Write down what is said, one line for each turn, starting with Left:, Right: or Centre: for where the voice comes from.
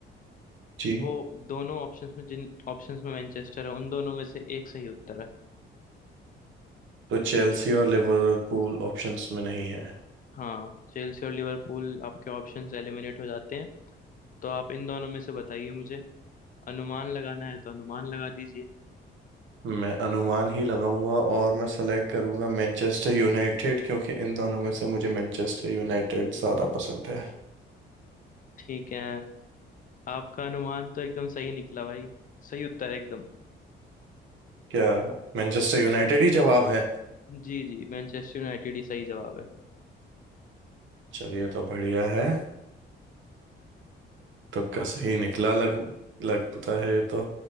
Right: जी
Left: वो दोनों ऑप्शंस में जिन ऑप्शंस में मैनचेस्टर है उन दोनों में से एक सही उत्तर है
Right: तो चेल्सी और लिवरपूल ऑप्शंस में नहीं है
Left: हाँ चेल्सी और लिवरपूल आपके ऑप्शंस एलिमिनेट हो जाते हैं तो आप इन दोनों में से बताइए मुझे अनुमान लगाना है तो अनुमान लगा दीजिए
Right: मैं अनुमान ही लगाऊंगा और मैं सेलेक्ट करूंगा मैनचेस्टर यूनाइटेड क्योंकि इन दोनों में से मुझे मैनचेस्टर यूनाइटेड ज़्यादा पसंद है
Left: ठीक है आपका अनुमान तो एकदम सही निकला भाई सही उत्तर है एकदम
Right: क्या मैनचेस्टर यूनाइटेड ही जवाब है
Left: जी जी मैनचेस्टर यूनाइटेड ही सही जवाब है
Right: चलिए तो बढ़िया है तुक्का सही निकला लग लगता है ये तो